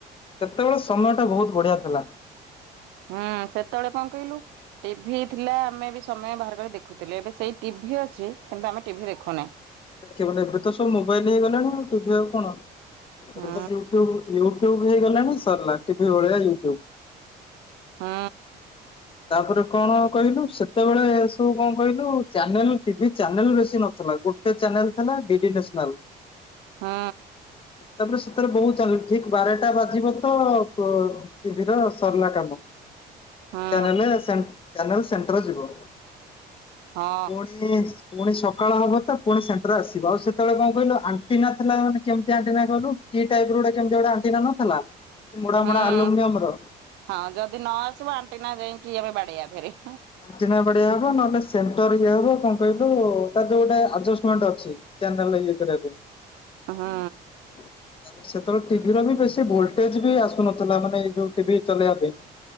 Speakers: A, on the left; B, on the right.
A: ସେତେବେଳେ ସମୟ ଟା ବୋହୁତ୍ ବଢ଼ିଆ ଥିଲା।
B: ହଁ ସେତେବେଳେ କଣ କହିଲୁ ଟିଭି ଥିଲା ଆମେ ବି ସମୟ ବାହାର କରି ଦେଖୁଥିଲେ, ଏବେ ସେଇ ଟିଭି ଅଛି କିନ୍ତୁ ଆମେ ଟିଭିି ଦେଖୁନାହିଁ।
A: କେବେ ଏବେ ତ ସବୁ ମୋବାଇଲି ହେଇଗଲାଣି, ଆଉ ଟିଭି ଆଉ କଣ ଏବେ
B: ହୁଁ
A: ତ ୟୁଟ୍ୟୁବ୍, ୟୁଟ୍ୟୁବ୍ ଟ୍ୟୁବ୍, ହେଇଗଲାଣି ସରିଲା ଟିଭି ଭଳିଆ ୟୁଟ୍ୟୁବ୍।
B: ହୁଁ
A: ତାପରେ କଣ କହିଲୁ, ସେତେବେଳେ ସବୁ କଣ କହିଲୁ ଚ୍ୟାନେଲ୍ ଟିଭି ଚ୍ୟାନେଲ୍ ବେଶୀ ନଥିଲା ଗୋଟେ ଗୋଟେ ଚ୍ୟାନେଲ୍ ଥିଲା ଡିଡି ନ୍ୟାସନାଲ୍।
B: ହଁ।
A: ତାପରେ ସେଥିରେ ବୋହୁତ୍ ଚାଲ ଠିକ୍ ବାରଟା ବାଜିବ ତ ଟିଭିି ର ସରିଲା କାମ।
B: ହୁଁ
A: ଚ୍ୟାନେଲେ ସେ ଚ୍ୟାନେଲ୍ ସେଣ୍ଟର ଯିବ।
B: ହଁ
A: ଫୁଣି ଫୁଣି ସକାଳ ହବ ତ ପୁଣି ସେଣ୍ଟର ଆସିବ। ଆଉ ସେତେ ବେଳେ କଣ କହିଲୁ, ଆଣ୍ଟିନା ଥିଲା କେମିତି ଆଣ୍ଟିନା କହିଲୁ, ଟି ଟାଇପ୍ ର ଗୋଟେ କେମିତି ଆଣ୍ଟିନା ନ ଥି ଲା, ମୋଡ଼ା,
B: ହଁ ହୁଁ
A: ମୋଡ଼ା ଆଲୋମିନିୟମ ର।
B: ହଁ ଯଦି ନ ଆସିବ ଆଣ୍ଟିନା ଯାଇଙ୍କି ଆମେ ବାଡ଼େଇବା ଫେରେ
A: ଆଣ୍ଟିନା ବାଡ଼ିଆ ହବ, ନହେଲେ ସେଣ୍ଟର ଇଏ ହବ, କଣ କହିଲୁ ତା ଯୋଉଟା ଆଡଜଷ୍ଟମେଣ୍ଟ ଅଛି। ଚ୍ୟାନେଲ୍ ର ଇଏ କରିବା ପାଇଁ।
B: ହୁଁ
A: ତା, ସେତେବେଳେ ଟିଭିର ବି ବେଶୀ ଭୋଲଟେଜ୍ ବି ଆସୁନଥିଲା ମାନେ ଏଇ ଯୋଉ ଟିଭି ଚଲେଇବା ପାଇଁ।